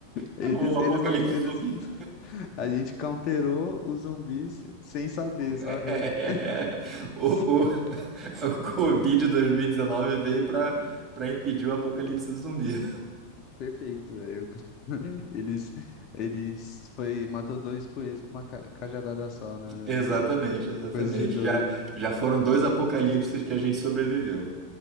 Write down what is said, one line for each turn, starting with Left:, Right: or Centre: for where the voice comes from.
Right: Acabou
Left: eles,
Right: o
Left: eles
Right: apocalipse
Left: não. Eles...
Right: zumbi. <laughs>
Left: A gente counterou os zumbis sem saber, sabe?
Right: É, é,
Left: <laughs>
Right: é. é. O, o, <laughs> o Covid 2019 veio pra para impedir o apocalipse zumbi.
Left: Perfeito, velho. <laughs> Eles, eles foi, matou dois coelhos com uma ca- cajadada só, né?
Right: Exatamente,
Left: véi? Foi
Right: exatamente.
Left: coisa de doido.
Right: Já, já foram dois apocalipses que a gente sobreviveu.